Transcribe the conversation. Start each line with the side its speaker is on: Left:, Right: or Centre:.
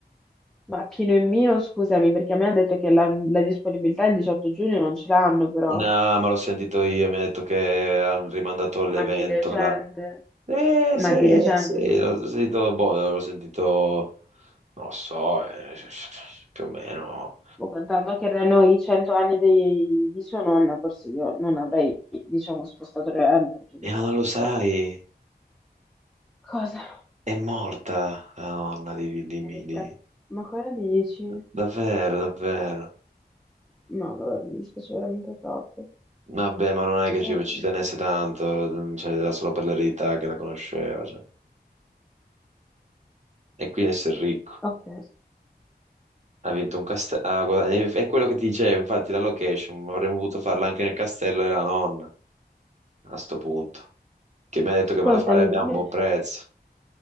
Centre: Ma Pino e Mino, scusami, perché a me hanno detto che la, la disponibilità il 18 giugno non ce l'hanno però.
Right: No, ma l'ho sentito io, mi ha detto che hanno rimandato l'evento
Centre: Ma di recente?
Right: là. Eh,
Centre: Ma
Right: sì,
Centre: di recente?
Right: sì, l'ho sentito, boh, l'ho sentito, non lo so, eh, <laughs> più o meno.
Centre: boh, contando che erano i cento anni dei- di sua nonna, forse io non avrei, diciamo, spostato le gambe, perché chissà,
Right: Eh, ma non lo sai,
Centre: però. Cosa?
Right: è morta la nonna di, di,
Centre: Ma
Right: di-
Centre: che
Right: di-
Centre: cazzo? Ma cosa dici?
Right: Davvero, davvero.
Centre: No, vabbè, mi dispiace veramente troppo.
Right: Vabbè, ma non è che
Centre: Eh,
Right: ci, ci tenesse tanto, cioè, era solo per l'eredità che la conosceva. cioè. E quindi essere ricco.
Centre: ok.
Right: Ha vinto un castello. È quello che ti dicevo, infatti, la location. Avremmo potuto farla anche nel castello della nonna a sto punto. Che mi ha detto
Centre: Ascoltami,
Right: che me la farebbe
Centre: dimmi-
Right: a un buon prezzo.